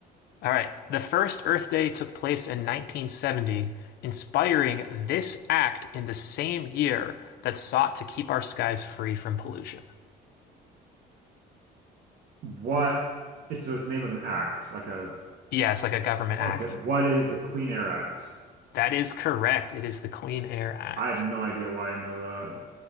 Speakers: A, on the left; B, on the right.
A: All right. The first Earth Day took place in 1970, inspiring this act in the same year that sought to keep our skies free from pollution.
B: What is so it's the name of an act, like a
A: Yeah, it's like a government
B: okay,
A: act.
B: what is the Clean Air Act?
A: That is correct. It is the Clean Air Act.
B: I have no idea why I know that.